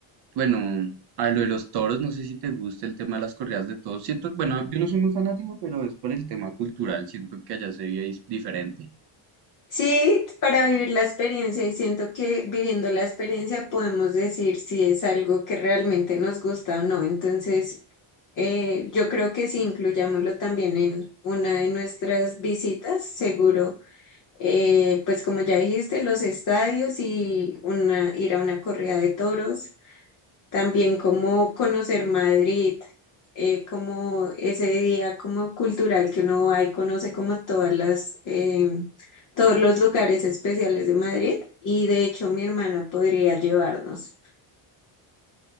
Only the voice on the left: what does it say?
Sí, para vivir la experiencia y siento que viviendo la experiencia podemos decir si es algo que realmente nos gusta o no. Entonces, eh, yo creo que si incluyámoslo también en una de nuestras visitas, seguro, eh, pues como ya dijiste, los estadios y una, ir a una corrida de toros, también como conocer Madrid eh, como ese día como cultural que uno va y conoce como todas las, em, todos los lugares especiales de Madrid y de hecho mi hermana podría llevarnos.